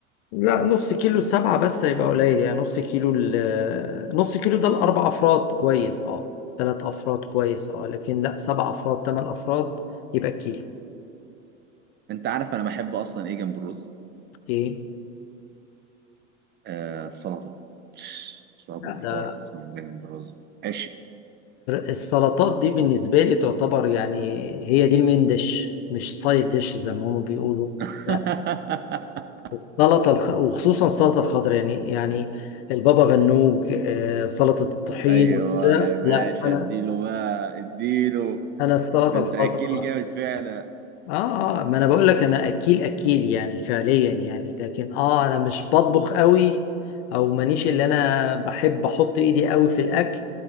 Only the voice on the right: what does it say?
انت عارف انا بحب اصلا ايه جنب الرز
آه السلطه <tsk> السلطه
ده حوار
قسما بالله جنب الرز عشق
<laughs>
ايوه
يا باشا
اديله بقى اديله
ده انت
اكيل جامد فعلا